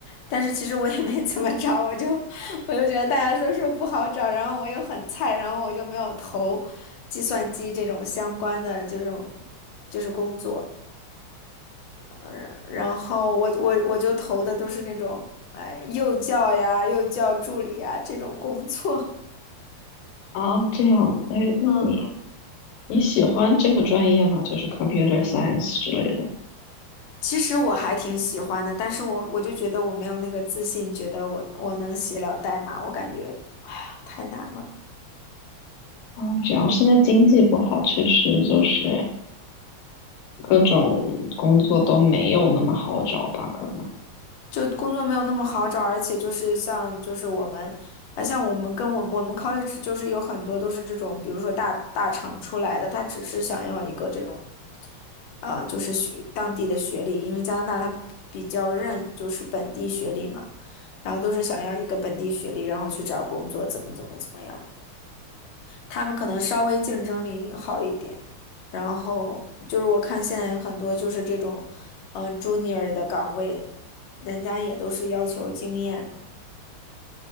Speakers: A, on the left; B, on the left.
A: 但是其实我也没怎么找，我就 <laughs> 我就觉得大家都说不好找，然后我又很菜，然后我就没有投计算机这种相关的这种就是工作。嗯，然后我我我就投的都是那种哎幼教呀、幼教助理呀这种工作。
B: 啊，这样，哎，那你
A: <laughs> 嗯嗯
B: 你喜欢这个专业吗？就是 computer science 之类的。
A: 其实我还挺喜欢的，但是我我就觉得我没有那个自信，觉得我我能写了代码，我感觉，哎呀，太难了，
B: 啊，这样，现在经济不好，确实就是各种工作都没有那么好找吧？可能。
A: 就工作没有那么好找，而且就是像就是我们，啊，像我们跟我我们 college 就是有很多都是这种，比如说大大厂出来的，他只是想要一个这种，呃，就是学当地的学历，因为加拿大它比较认就是本地学历嘛，然后都是想要一个本地学历，然后去找工作，怎么怎么怎么样。他们可能稍微竞争力好一点。然后就是我看现在很多就是这种，嗯，junior 的岗位，人家也都是要求经验的，